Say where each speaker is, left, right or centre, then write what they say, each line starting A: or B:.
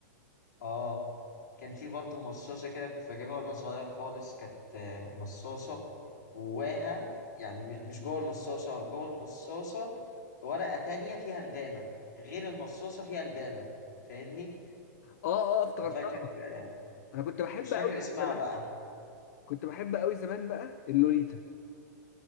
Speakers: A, on the left (about 90°); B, on the left (about 60°).
A: اه كان في برضه مصاصة كده كنت بجيبها وانا صغير خالص كانت آه، مصاصة جواها يعني م- مش جوه المصاصة جوه المصاصة ورقة تانية فيها البانة غير المصاصة فيها البانة فاهمني؟
B: اه اه افتكرتها
A: أنا فاكر آه،
B: انا كنت بحب
A: مش
B: قوي
A: فاكر
B: بقى
A: اسمها
B: زمان
A: بقى
B: كنت بحب قوي زمان بقى اللوليتا